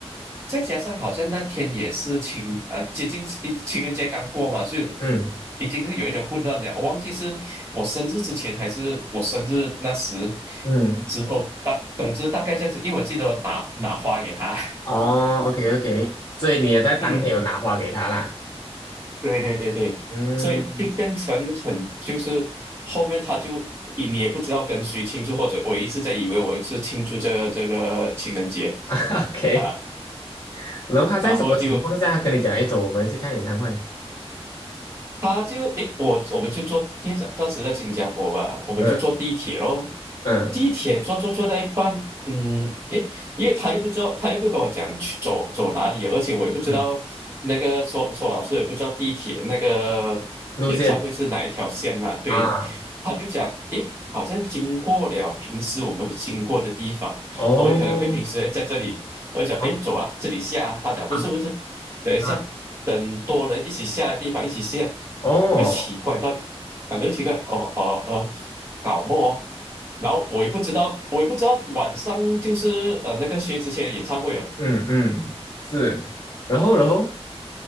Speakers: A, on the right; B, on the left.
A: 再加上好像那天也是情啊、呃接近情情人节刚过嘛，所以
B: 嗯
A: 已经是有一点混乱了。我忘记是我生日之前还是我生日那时
B: 嗯，
A: 之后，大总之大概这样子，因为我记得我拿拿花给他，
B: 哦，OK，OK，所以你也在当天有拿花给他啦。
A: 嗯，对对对对，
B: 嗯
A: 所以就变成很就是后面他就你你也不知道跟谁庆祝，或者我一直在以为我是庆祝这个这个情人节
B: <laughs>，OK，
A: 啊。
B: 然后他在什么情况下跟你讲，
A: 然后就
B: 哎，走，我们去看演唱会？
A: 他就诶，我我们就坐，因为在当时在新加坡嘛，我们就坐地铁咯。
B: 嗯嗯
A: 地铁坐坐坐到一半，嗯，诶，因为他又不知道，他又不跟我讲去走走哪里，而且我也不知道那个说说老师也不知道地铁那个演唱会是哪一条线嘛，
B: 嗯，路线
A: 对，
B: 啊，
A: 他就讲，诶，好像经过了平时我们会经过的地方，
B: 哦
A: 我们可能会平时诶在这里，我就讲，
B: 哦
A: 诶，走啊，这里下啊，他讲不是不是，
B: 啊
A: 等一下。
B: 啊，
A: 等多人一起下的地方一起下，
B: 哦
A: 我就奇怪到底，感觉奇怪，哦哦哦，搞么哦然后我也不知道，我也不知道晚上就是呃那个薛之谦的演唱会哦，
B: 嗯嗯，是，然后然后